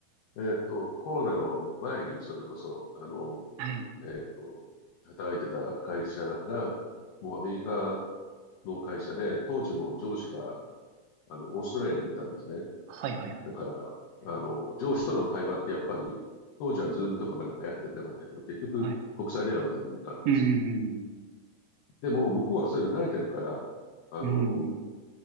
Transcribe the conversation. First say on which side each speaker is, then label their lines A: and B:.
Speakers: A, on the left (about 75°); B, on the right (about 80°).
A: えっと、コロナの前に、それこそ、あの、
B: はい。
A: えっと、働いてた会社が、もうアメリカの会社で、当時も上司が、あの、オーストラリアにいたんですね。
B: はいはいはい。
A: だから、あの、上司との会話ってやっぱり、当時はズームとかまだ流行ってなかったけど、結局、
B: はい。
A: 国際電話みたいなのになるんですよ。
B: うんうん
A: でも、向こうはそういうの慣れてるから、あの、
B: うん。うんうん。